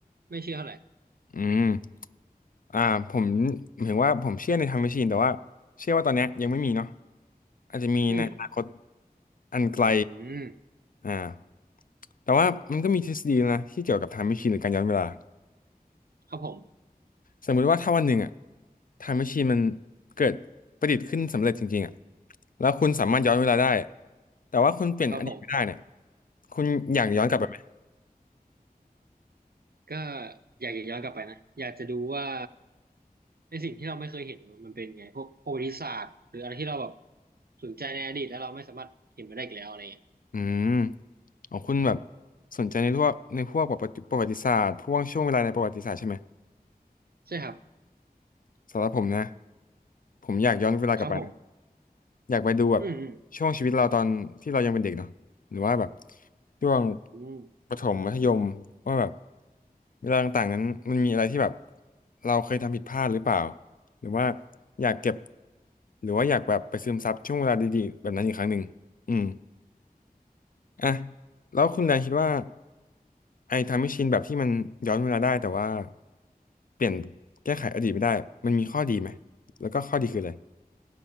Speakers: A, on the right (about 75°); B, on the left (about 60°).
A: ไม่เชื่อเท่าไหร่
B: อืมอ่าผมหมายถึงว่าผมเชื่อใน Time Machine แต่ว่าเชื่อว่าตอนเนี้ยยังไม่มีเนาะอาจจะมีในอนาคต
A: อืม
B: อันไกล
A: อืม
B: อ่าแต่ว่ามันก็มีทฤษฎีนะที่เกี่ยวกับ Time Machine หรือการย้อนเวลา
A: ครับผม
B: สมมุติว่าถ้าวันหนึ่งอะ Time Machine มันเกิดประดิษฐ์ขึ้นสำเร็จจริงๆอะแล้วคุณสามารถย้อนเวลาได้แต่ว่าคุณเปลี่ยนอดีตไม่ได้เนี่ย
A: ครับผม
B: คุณอยากย้อนกลับไปไหม
A: โอ้ก็อยากจะย้อนกลับไปนะอยากจะดูว่าในสิ่งที่เราไม่เคยเห็นมันเป็นไงพวกประวัติศาสตร์หรืออะไรที่เราแบบสนใจในอดีตแล้วเราไม่สามารถเห็นมาได้อีกแล้วอะไรเงี้ย
B: อืมอ๋อคุณแบบสนใจในพวกในพวกประวัติประวัติศาสตร์พวกช่วงเวลาในประวัติศาสตร์ใช่ไหม
A: ใช่ครับ
B: สำหรับผมนะผมอยากย้อนเวลากลับไปนะ
A: ครับผม
B: อยากไปดูแบบ
A: อืมอืม
B: ช่วงชีวิตเราตอนที่เรายังเป็นเด็กเนาะหรือว่าแบบช่วง
A: อืม
B: ประถมมัธยมว่าแบบเวลาต่างๆนั้นมันมีอะไรที่แบบเราเคยทำผิดพลาดหรือเปล่าหรือว่าอยากเก็บหรือว่าอยากแบบไปซึมซับช่วงเวลาดีๆแบบนั้นอีกครั้งหนึ่งอืม อ่ะแล้วคุณแดนคิดว่าไอ้ไทม์แมชชีนแบบที่มันย้อนเวลาได้แต่ว่าเปลี่ยนแก้ไขอดีตไม่ได้มันมีข้อดีไหมแล้วก็ข้อดีคืออะไร